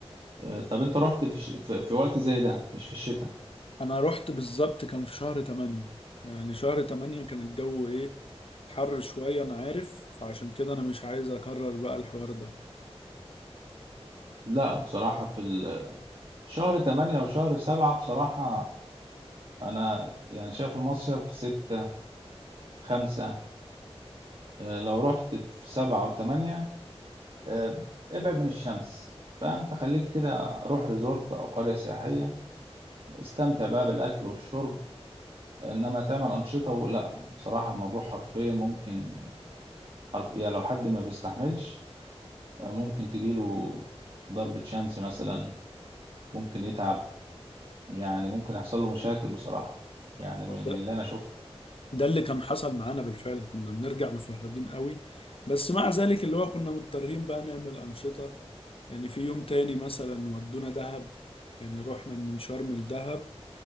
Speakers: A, on the right (about 55°); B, on the left (about 60°).
A: آه، طب انت رحت في, ش... في في وقت زي ده مش في الشتاء
B: أنا رحت بالظبط كان في شهر تمانية يعني شهر تمانية كان الجو إيه حر شوية أنا عارف فعشان كده أنا مش عايز أكرر بقى الحوار ده
A: لا بصراحة في ال- شهر 8 وشهر 7 بصراحة انا يعني شايف المصيف ستة خمسة آه، لو رحت في سبعة وثمانية آه، ابعد من الشمس فأنت خليك كده روح ريزورت أو قرية سياحية استمتع بقى بالأكل والشرب إنما تعمل أنشطة ولا بصراحة الموضوع حرفيا ممكن حرف يعني لو حد ما بيستحملش آه، ممكن تجيله ضربة شمس مثلا ممكن يتعب يعني ممكن يحصل له مشاكل بصراحة يعني من
B: هو ده
A: من اللي أنا شفته
B: ده اللي كان حصل معانا بالفعل كنا بنرجع مفرهدين قوي بس مع ذلك اللي هو كنا مضطرين بقى نعمل أنشطة يعني في يوم تاني مثلا ودونا دهب يعني رحنا من شرم لدهب